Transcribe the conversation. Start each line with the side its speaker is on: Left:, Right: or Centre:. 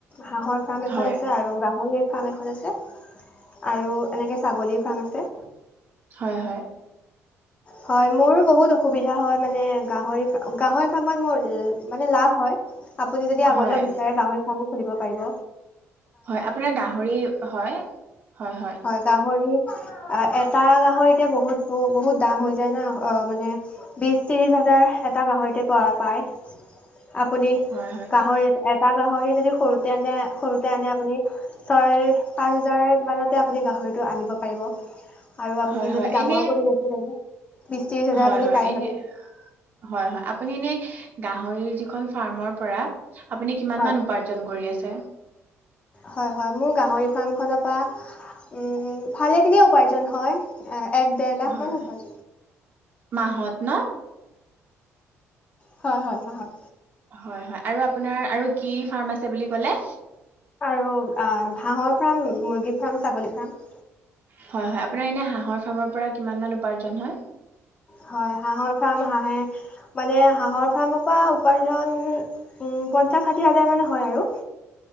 Left: হাঁহৰ। ফাৰ্ম এখন
Right: হয়
Left: আছে আৰু গাহৰিৰ ফাৰ্ম এখন আছে আৰু এনেকৈ ছাগলীৰ ফাৰ্ম আছে।
Right: হয়ঁ হয়ঁ!
Left: হয়ঁ মোৰো বহুত অসুবিধা হয়ঁ মানে গাহৰি গাহৰি ফাৰ্মত মোৰ মানে লাভ হয়। আপুনি যদি আগলে
Right: হয়
Left: বিচাৰে গাহৰি ফাৰ্মো খুলিব পাৰিব।
Right: হয়, আপোনাৰ গাহৰি হয় হয় হয়।
Left: হয়, গাহৰি এটা গাহৰিতে বহুত ব বহুত দাম হৈ যায় না অ মানে বিশ ত্ৰিশ হাজাৰ এটা গাহৰিতে পো পায়। আপুনি
Right: হয় হয়
Left: গাহৰি এটা গাহৰি যদি সৰুতে আনে সৰুতে আনে আপুনি - ছয় পাঁচ হাজাৰ মানতে আপুনি গাহৰিটো আনিব পাৰিব আৰু আপুনি
Right: হয় হয়
Left: যদি ডাঙৰ
Right: এনে
Left: কৰি বেছে তেনে বিশ ত্ৰিশ হাজাৰ
Right: হয়
Left: আপুনি
Right: হয়
Left: পাই
Right: এনে
Left: যাব।
Right: হয় হয় আপুনি এনে গাহৰি যিখন ফাৰ্মৰ পৰা আপুনি কিমান
Left: হয়
Right: উপাৰ্- ৰ্জন কৰি আছে?
Left: হয় হয়, মোৰ গাহৰি ফাৰ্মখনৰ পা উম ভালেখিনি উপাৰ্জন হয়। এক ডেৰ লাখমান
Right: হয়,
Left: উপাৰ্জন
Right: মাহত ন?
Left: হয় হয় মাহত।
Right: হয় হয়, আৰু আপোনাৰ আৰু কি ফাৰ্ম আছে বুলি কলে?
Left: আৰু হাঁহৰ ফাৰ্ম, মুৰ্গী ফাৰ্ম, ছাগলী ফাৰ্ম,
Right: হয় হয়, আপোনাৰ এনেই হাঁহৰ ফাৰ্মৰ পৰা কিমান মান উপাৰ্জন হয়?
Left: হয়, হাঁহৰ ফাৰ্ম হাঁহে মানে হাঁহৰ ফাৰ্মৰ পৰা উপাৰ্জন উ পঞ্চাশ ষাঠি হাজাৰ মান হয় আৰু।